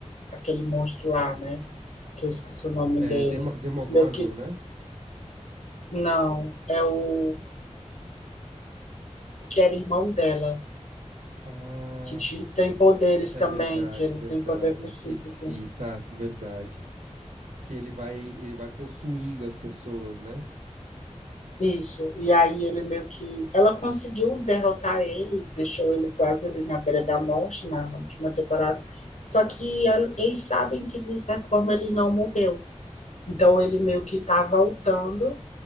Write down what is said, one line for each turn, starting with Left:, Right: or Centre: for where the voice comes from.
Left: aquele monstro lá, né? Que eu esqueci o nome
Right: É,
Left: dele.
Right: Demo- Demogorgon,
Left: Meio que...
Right: né?
Left: Não, é o, o que era irmão dela.
Right: Ah,
Left: Que ti- tem poderes
Right: É
Left: também,
Right: verdade,
Left: que ele
Right: verdade.
Left: tem poder psíquico.
Right: Eu esqueci, tá? Verdade. Que ele vai, ele vai possuindo as pessoas, né?
Left: Isso. E aí ele meio que. Ela conseguiu derrotar ele, deixou ele quase ali na beira da morte na última temporada. Só que el- eles sabem que, de certa forma, ele não morreu. Então ele meio que tá voltando